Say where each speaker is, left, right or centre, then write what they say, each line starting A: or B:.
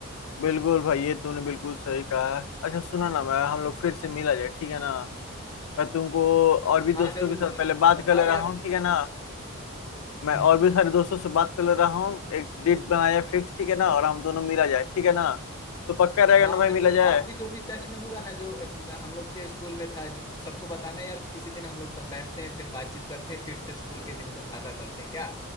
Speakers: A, on the left (about 75°); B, on the left (about 15°).
A: बिल्कुल भाई ये तूने बिल्कुल सही कहा अच्छा सुनो ना मैं हम लोग फिर से मिला जाए ठीक है ना मैं तुमको और भी
B: हाँ
A: दोस्तों
B: जरूर
A: के साथ
B: जरूर
A: पहले बात
B: बताओ
A: कर ले रहा
B: यार
A: हूँ ठीक
B: तुम
A: है ना मैं
B: हम्म
A: और भी सारे दोस्तों से बात कर ले रहा हूँ एक डेट बनाया फिक्स ठीक है ना और हम दोनों मिला जाए ठीक है ना तो पक्का रहेगा
B: हाँ
A: ना भाई
B: बिल्कुल
A: मिला जाए
B: और भी जो भी टच में होगा ना जो अ, हम लोग के स्कूल में था जो सबको बताना यार किसी दिन हम लोग सब बैठते हैं फिर बातचीत करते हैं फिर से स्कूल के दिन को ताजा करते हैं क्या